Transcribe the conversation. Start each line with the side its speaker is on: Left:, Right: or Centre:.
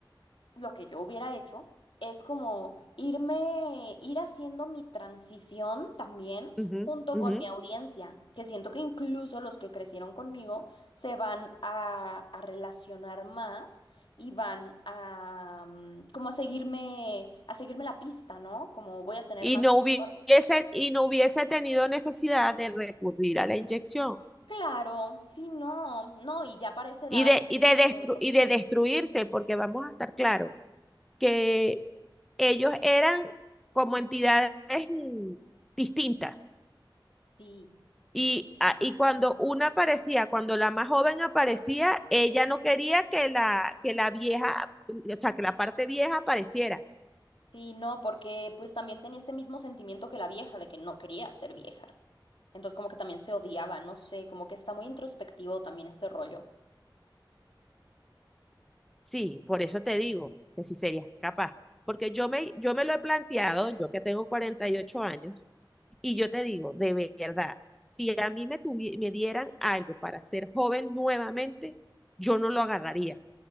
Left: lo que yo hubiera hecho es como irme, ir haciendo mi transición también
Centre: ujú,
Left: junto
Centre: ujú.
Left: con mi audiencia, que siento que incluso los que crecieron conmigo se van a, a relacionar más y van a mm, como a seguirme, a seguirme la pista, ¿no? Como voy a tener
Centre: Y
Left: más
Centre: no hubiese,
Left: lectores.
Centre: y no hubiese tenido necesidad de recurrir a la inyección
Left: Claro, sí, no, no, y ya para esa edad
Centre: y de, y de,
Left: he tenido
Centre: destru-
Left: otro
Centre: y
Left: giro.
Centre: de destruirse, porque vamos a estar claros que ellos eran como entidades mm, distintas.
Left: Sí.
Centre: Y, a- y cuando una aparecía, cuando la más joven aparecía, ella no quería que la, que la vieja, o sea, que la parte vieja apareciera.
Left: Sí, no, porque pues también tenía este mismo sentimiento que la vieja, de que no quería ser vieja. Entonces como que también se odiaba, no sé, como que está muy introspectivo también este rollo.
Centre: Sí, por eso te digo que si serías capaz. Porque yo me, yo me lo he planteado, yo que tengo 48 años, y yo te digo, de verdad, si a mí me, tuvi- me dieran algo para ser joven nuevamente, yo no lo agarraría.